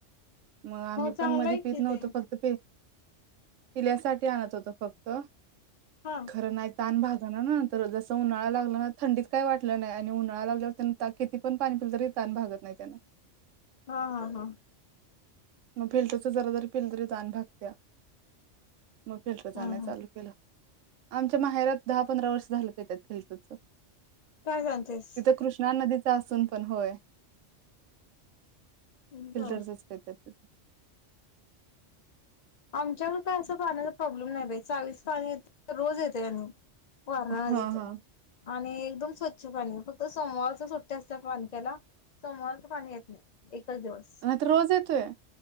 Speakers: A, on the right; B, on the left.
A: मग आम्ही
B: चांगलं
A: पण मधी
B: आहे कि
A: पित नव्हतो
B: ते.
A: फक पिल्यासाठी आणत होत फक्त
B: हा
A: खरं नाही तहान भागत त्यानंतर जस उन्हाळा लागला ना थंडीत काय वाटलं नाही आणि उन्हाळा लागल्यावर ना किती पण पाणी पिलं तरी तहान भागत नाही त्यान
B: ह, ह, ह
A: मग फिल्टरच जरा जरी पहीलं तरी तान भागत्या मग फिल्टरच
B: हा
A: आणायच
B: हा
A: चालू आमच्या माहेरात दहा पंधरा वर्ष झालं पित्यात फिल्टरच
B: काय सांगतेस
A: कृष्णा नदीच असून पण होय
B: बर
A: फिल्टरचच पित्यात ते
B: आमच्यावर असं काय पाण्याचा प्रॉब्लेम नाही बाई चावीच पाणी येत रोज येते आणि वारणा
A: हा
B: नदीच
A: हा
B: आणि एकदम स्वच्छ पाणी फक्त सोमवारच सुट्टी असत्या पानक्याला सोमवारच पाणी येत नाही एकच दिवस
A: नाहीतर रोज येतय